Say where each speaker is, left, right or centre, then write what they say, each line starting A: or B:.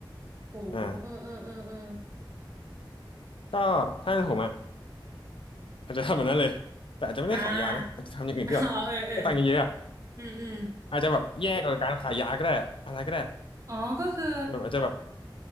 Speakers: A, on the right; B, on the left.
A: โหเออเออเออเออ
B: อ่าก็ถ้าเป็นผมอ่ะ อาจจะทำแบบนั้นเลยแต่อาจจะไม่ได้ขายยานะอาจจะทำอย่างอื่นที่แบบได้ตังค์เยอะๆอะ
A: อ่า <laughs> อ๋อเออเออ อืมอืม
B: อาจจะแบบแยกกับการขายยาก็ได้อะอะไรก็ได้
A: อ๋อก็คือ
B: แบบอาจจะแบบ